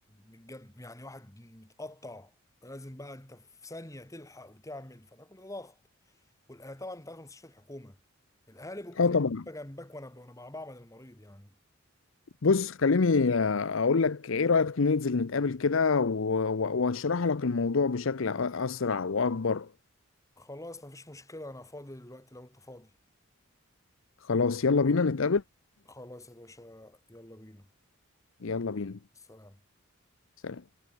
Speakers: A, on the left; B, on the left.
A: متجب يعني واحد متقطع لازم بقى انت في ثانيه تلحق وتعمل فده كله ضغط والاهالي طبعا انت عارف مستشفى الحكومه الاهالي بتكون
B: اه طبعا
A: واقفه جنبك وانا وانا بعمل المريض يعني
B: بص خليني آه، اقول لك ايه رأيك ننزل نتقابل كده و- و- واشرح لك الموضوع بشكل أ- اسرع واكبر
A: خلاص مفيش مشكله انا فاضي دلوقتي لو انت فاضي
B: خلاص يلا بينا نتقابل
A: خلاص يا باشا يلا بينا
B: يلا بينا
A: السلام
B: سلام